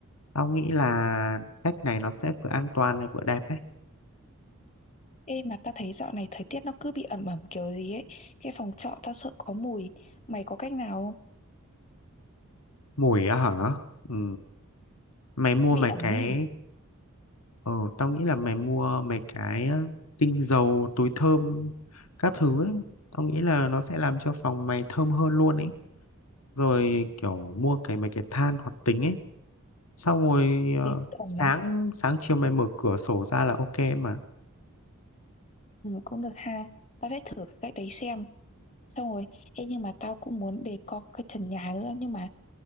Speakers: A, on the left; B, on the left.
A: tao nghĩ là cách này nó sẽ vừa an toàn lại vừa đẹp đấy
B: Ê mà tao thấy dạo này thời tiết nó cứ bị ẩm ẩm kiểu gì ấy cái phòng trọ tao sợ có mùi mày có cách nào không
A: mùi á hả ừ. mày mua
B: bị
A: mấy
B: ẩm
A: cái
B: ý
A: ờ tao nghĩ là mày mua mấy cái ờ, tinh dầu túi thơm các thứ ấy tao nghĩ là nó sẽ làm cho phòng mày thơm hơn luôn ấy rồi kiểu mua cái mấy cái than hoạt tính ấy xong rồi ờ,
B: Ê, ẩm
A: sáng
B: mà
A: sáng chiều mày mở cửa sổ ra là ok mà
B: Ừ, cũng được ha. Tao sẽ thử cách đấy xem. Xong rồi, ê nhưng mà tao cũng muốn đề co cái trần nhà nữa. Nhưng mà